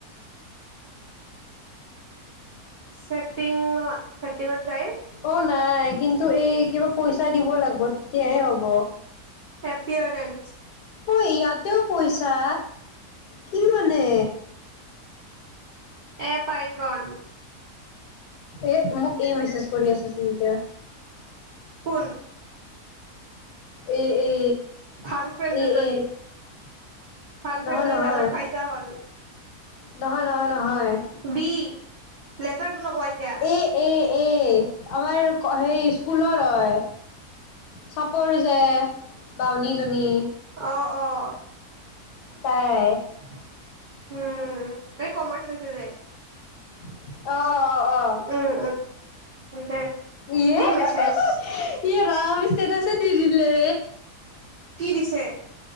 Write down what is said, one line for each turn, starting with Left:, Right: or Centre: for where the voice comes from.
Right: ছেটিঙত-ছেটিঙত যায়
Left: অঁ নাই, কিন্তু এই কিবা পইচা দিব লাগে। ব তেতিয়াহে হ'ব।
Right: এপিয়াৰেঞ্চ।
Left: ঐ ইয়াতেও পইছা, কি মানে।
Right: App icon.
Left: এ মোক এই মেছেজ কৰি আছেচোন এতিয়া।
Right: কোন?
Left: এ এ
Right: ভাল ফ্ৰেণ্ড
Left: এ
Right: দুজনী,
Left: এ
Right: ভাল
Left: নহয়
Right: ফ্ৰেণ্ড দুজনী
Left: নহয়
Right: <unintelligible> হ'ল।
Left: নহয় নহয়-নহয়,
Right: বি লেটাৰটো নকওঁ এতিয়া
Left: এ এ- এ আমাৰ সেই স্কুলৰ হয়। চাপৰ যে বাওনী <unintelligible>
Right: অঁ, অঁ।
Left: তাই
Right: উম, এই কমাৰ্চ লৈছে যে।
Left: অঁ অঁ।
Right: উম,
Left: অঁ
Right: দে
Left: ইয়ে
Right: দি
Left: <unintelligible>
Right: মেছেজ
Left: ইয়ে ৰাম ষ্টেটাছ এ দিদিলে।
Right: কি দিছে।